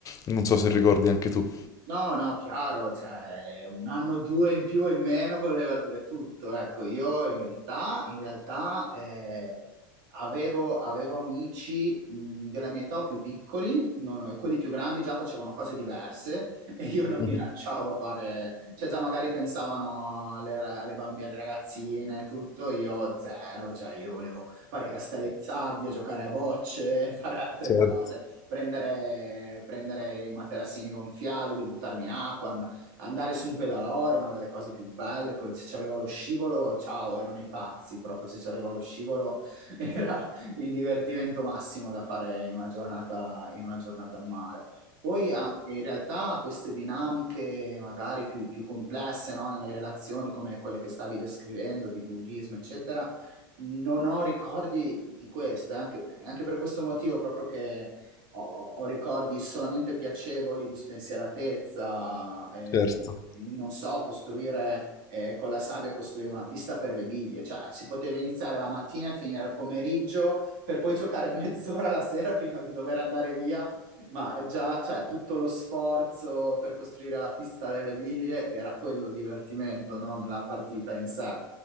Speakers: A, on the left; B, on the right.
A: non so se ricordi anche tu.
B: No, no, chiaro, cioè un anno o due in più o in meno voleva dire tutto. Ecco, io in realtà, in realtà eh, avevo, avevo amici mh, della mia età o più piccoli, non- quelli più grandi già facevano cose diverse <laughs> e io non
A: Mhm.
B: mi lanciavo a fare, cioè già magari pensavano alle, ra- alle bambine, alle ragazzine, e tutto, io zero, cioè io volevo fare i castelli di sabbia, giocare a bocce, <laughs> fare altre
A: Certo,
B: cose prendere, prendere i materassini gonfiabili, buttarmi in acqua, and- andare su un pedalò era una delle cose più belle. quello- Se c'aveva lo scivolo, ciao, erano i pazzi. Proprio se c'aveva lo scivolo <laughs> era il divertimento massimo da fare in una giornata, in una giornata al mare. Poi anche in realtà queste dinamiche magari più, più complesse, no, Nelle relazioni come quelle che stavi descrivendo, di bullismo, eccetera, non ho ricordi di questo, è anche, è anche per questo motivo proprio che ho, ho ricordi solamente piacevoli di spensieratezza, eh,
A: certo,
B: non so, costruire eh, con la sabbia, costruire una pista per le biglie, cioè si poteva iniziare la mattina e finire al pomeriggio per poi giocare mezz'ora la sera prima di dover andare via, ma già cioè, tutto lo sforzo per costruire la pista delle biglie era quello il divertimento, non la partita in sé.